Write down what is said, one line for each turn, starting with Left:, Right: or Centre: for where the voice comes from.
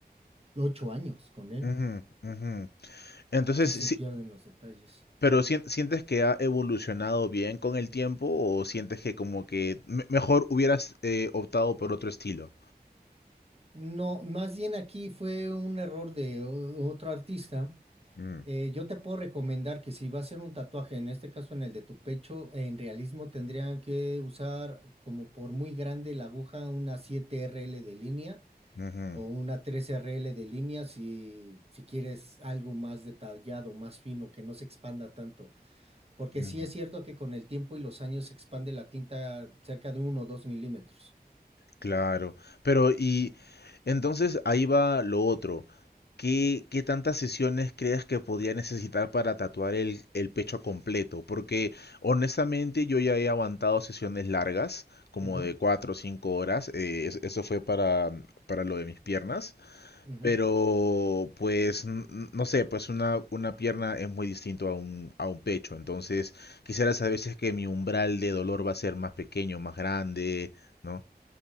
Right: ocho años con él
Left: ujú, ujú. Entonces,
Right: y
Left: sí,
Right: se pierden los detalles.
Left: pero sien- ¿sientes que ha evolucionado bien con el tiempo o sientes que como que me- mejor hubieras eh, optado por otro estilo?
Right: No, más bien aquí fue un error de o- otro artista.
Left: Mm,
Right: Eh, yo te puedo recomendar que si va a ser un tatuaje, en este caso en el de tu pecho, en realismo tendrían que usar como por muy grande la aguja una 7RL de línea
Left: ujú,
Right: o una 3RL de línea si, si quieres algo más detallado, más fino, que no se expanda tanto. Porque
Left: ujú,
Right: sí es cierto que con el tiempo y los años se expande la tinta cerca de uno o 2 milímetros.
Left: Claro, pero y entonces ahí va lo otro. ¿Qué, qué tantas sesiones crees que podría necesitar para tatuar el, el pecho completo? Porque honestamente yo ya he aguantado sesiones largas, como
Right: Ujú,
Left: de 4 o 5 horas. eh, es- eso fue para, para lo de mis piernas.
Right: ujú.
Left: Pero, pues, n- n- no sé, pues una, una pierna es muy distinto a un, a un pecho. Entonces, quisiera saber si es que mi umbral de dolor va a ser más pequeño, más grande, ¿no?